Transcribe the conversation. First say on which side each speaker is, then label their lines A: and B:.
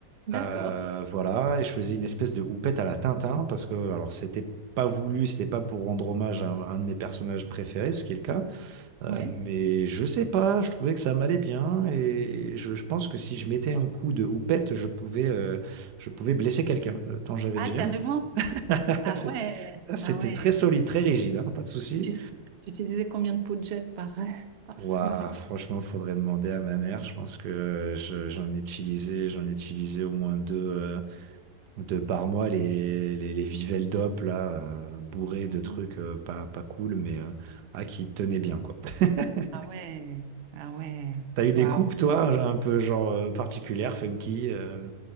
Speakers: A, on the right (about 80°); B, on the right (about 55°).
A: Euh,
B: D'accord.
A: voilà, et je faisais une espèce de houppette à la Tintin parce que alors c'était pas voulu, c'était pas pour rendre hommage à un, un de mes personnages préférés, ce qui est le cas. Euh,
B: Ouais.
A: mais je sais pas, je trouvais que ça m'allait bien et je, je pense que si je mettais un coup de houppette, je pouvais, euh, je pouvais blesser quelqu'un, euh, tant j'avais
B: Ah,
A: de gel.
B: carrément.
A: <laughs>
B: Ah
A: C'est-
B: ouais.
A: ah, C'était
B: Ah ouais.
A: très solide, très rigide, hein, pas de souci.
B: Tu, tu utilisais combien de pots de gel par, <laughs> par
A: Waouh,
B: semaine?
A: franchement, faudrait demander à ma mère. Je pense que je- j'en ai utilisé, j'en ai utilisé au moins deux, euh, deux par mois, les, les, les Vivel d'op, là, euh, bourrés
B: Mhm.
A: de trucs euh, pas, pas cool, mais euh, ah, qui tenaient bien, quoi. <laughs>
B: Ah ouais. Ah ouais.
A: T'as eu des
B: Waouh.
A: coupes, toi, un peu genre euh, particulières, funky euh